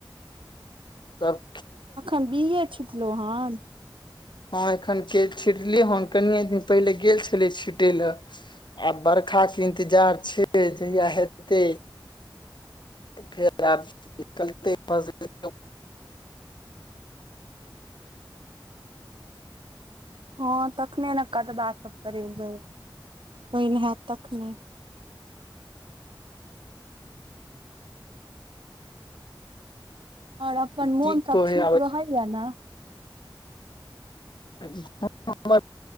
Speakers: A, on the left (about 65°); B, on the right (about 80°).
A: तब
B: एखन बिये छिटलो हन
A: हँ एखन के छिटलियै हन कनिए दिन पहिले गेल छलियै छिटय लऽ आब बरखाक के इंतजार छै जहिया हेतै फेर आब निकलते मद <unintelligible>
B: हँ तखने ने कदबा सब करेबै पाइन हैत तखने और अपन मोन
A: की
B: सब
A: कहै
B: ठीक रहैये ने
A: हँ बस